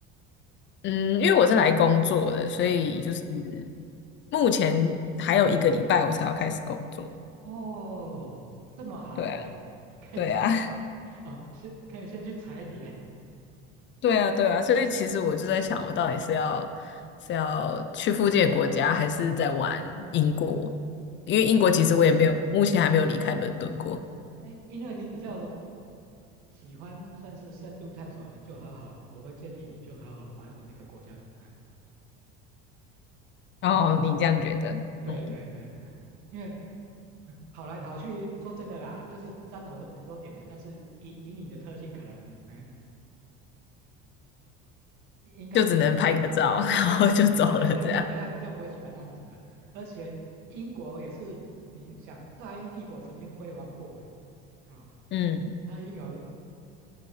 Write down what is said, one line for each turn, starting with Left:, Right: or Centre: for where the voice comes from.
Left: 嗯，因为我是来工作的，所以就是
Right: 对。
Left: 目前还有一个礼拜我才要开始工作。
Right: 哦，这么好哦，
Left: 对啊，
Right: <laughs> 可以先
Left: 对啊，<laughs>
Right: <laughs> 哦，先可以先去踩点
Left: 对啊，对啊，所以其实我就在想，我到底是要是要去附近的国家，还是在玩英国？因为英国其实我也没有，
Right: 哦。
Left: 目前还没有离开伦敦过。
Right: 哎，因为你比较喜欢算是深度探索，你就好好，我会建议你就好好玩玩那个国家。哎，
Left: 哦，
Right: 哦，
Left: 你这样觉得？
Right: 对对对，
Left: 嗯，
Right: 哎，因为呃跑来跑去，说真的啦，就是沾头很多点的，但是以以你的特性，可能哎应该你不对，
Left: 就只能拍个照，<laughs> 然后就走了这样。
Right: 因为你你大概对你大概比较不会喜欢那样子的，而且英国也是，你想大英帝国曾经辉煌过，哎，啊，
Left: 嗯
Right: 它一定有